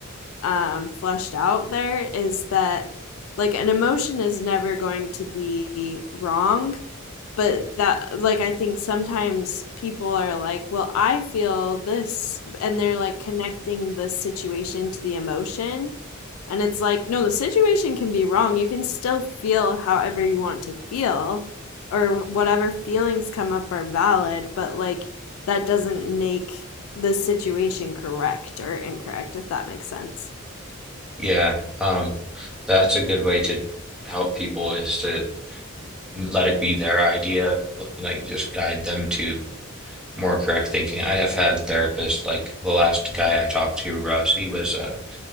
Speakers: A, on the left; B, in the centre.
A: um, fleshed out there is that like an emotion is never going to be wrong but that like i think sometimes people are like well i feel this and they're like connecting the situation to the emotion and it's like no the situation can be wrong you can still feel however you want to feel or whatever feelings come up are valid but like that doesn't make the situation correct or incorrect if that makes sense
B: Yeah, um, that's a good way to help people is to let it be their idea, like just guide them to more correct thinking. I have had therapists like the last guy I talked to, Russ, he was uh